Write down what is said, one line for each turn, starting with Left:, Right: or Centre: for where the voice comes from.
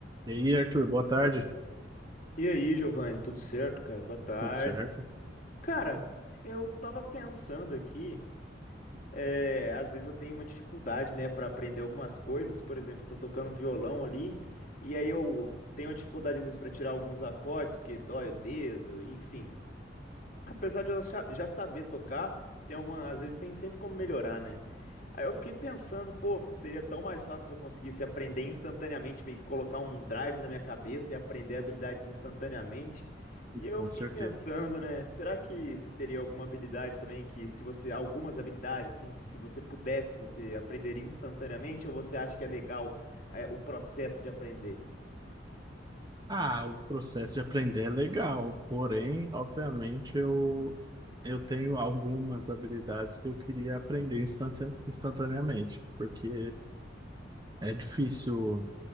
Right: E aí, Arthur, boa tarde.
Left: E aí, Giovanni, tudo certo, cara? Boa tarde.
Right: Tudo certo?
Left: Cara, eu tava pensando aqui, é, às vezes eu tenho uma dificuldade, né, pra aprender algumas coisas. Por exemplo, eu tô tocando violão ali, e aí eu tenho uma dificuldade às vezes pra tirar alguns acordes, porque dói o dedo, enfim. Apesar de eu já já saber tocar, tem algumas, às vezes tem sempre como melhorar, né? Aí eu fiquei pensando, pô, seria tão mais fácil se eu conseguisse aprender instantaneamente, meio que colocar um drive na minha cabeça e aprender a habilidade instantaneamente.
Right: Tudo
Left: E eu
Right: Com
Left: fiquei
Right: certeza.
Left: pensando, né, será que você teria alguma habilidade também que se você, algumas habilidades assim, que se você pudesse, você aprenderia instantaneamente ou você acha que é legal, é, o processo de aprender?
Right: Ah, o processo de aprender é legal, porém, obviamente, eu, eu tenho algumas habilidades que eu queria aprender instantane- instantaneamente, porque é difícil,